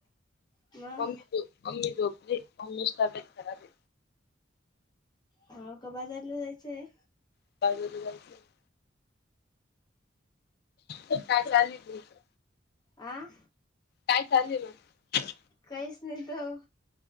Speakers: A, on the left (about 20°); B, on the left (about 55°).
A: मग
B: मम्मी तो मम्मी झोपली आहे मम्मीची तब्येत खराब आहे
A: हा का बाजारला जायचंय.
B: <unintelligible> काय चालूय तुमच.
A: आ.
B: काय चाललय मग.
A: काहीच नाही तर.